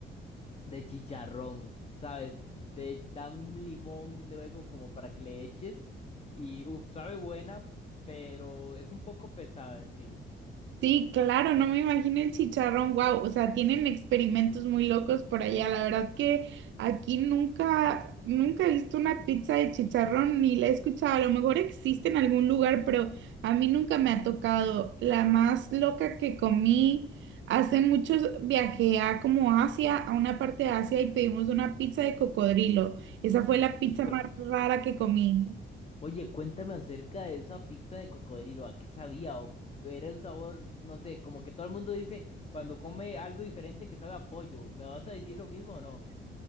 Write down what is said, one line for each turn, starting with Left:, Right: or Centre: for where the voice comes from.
Left: de chicharrón, ¿sabes? Te dan un limón luego como para que le eches y, uff, sabe buena, pero es un poco pesada en sí.
Right: Sí, claro, no me imagino el chicharrón, wow, o sea, tienen experimentos muy locos por allá, la verdad que aquí nunca, nunca he visto una pizza de chicharrón ni la he escuchado, a lo mejor existe en algún lugar, pero a mí nunca me ha tocado. La más loca que comí, hace muchos viajé a como Asia, a una parte de Asia y pedimos una pizza de cocodrilo, esa fue la pizza
Left: Híjole.
Right: más rara que comí.
Left: Oye, cuéntame acerca de esa pizza de cocodrilo, ¿a qué sabía? ¿O era un sabor, no sé, como que todo el mundo dice cuando come algo diferente que sabe a pollo? ¿Me vas a decir lo mismo o no?